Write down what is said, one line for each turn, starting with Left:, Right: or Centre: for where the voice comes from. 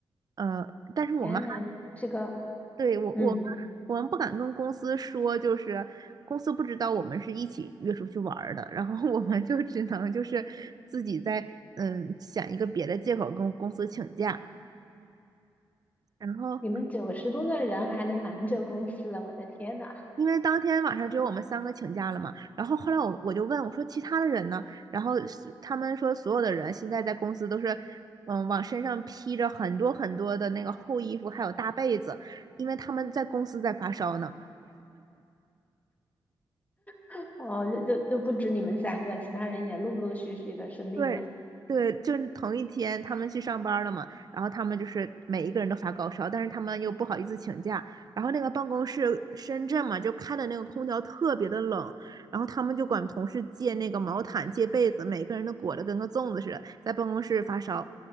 Right: 呃，但是我们。
Left: 天呐，这个
Right: 对，我我们
Left: 嗯，
Right: 我们不敢跟公司说，就是公司不知道我们是一起约出去玩儿的，<laughs> 然后我们就只能就是自己在嗯想一个别的借口跟公司请假，然后
Left: 你们九十多个人还能瞒着公司，我的天呐，
Right: 因为当天晚上只有我们三个请假了嘛，然后后来我我就问我说其他的人呢，然后是他们说所有的人现在在公司都是。嗯，往身上披着很多很多的那个厚衣服，还有大被子，因为他们在公司在发烧呢。
Left: <laughs> 哦，就就就不止你们三个，其他人也陆陆续续的生病了
Right: 对对，就是同一天他们去上班了嘛，然后他们就是每一个人都发高烧，但是他们又不好意思请假，然后那个办公室深圳嘛，就开的那个空调特别的冷，然后他们就管同事借那个毛毯、借被子，每个人都裹得跟个粽子似的，在办公室发烧。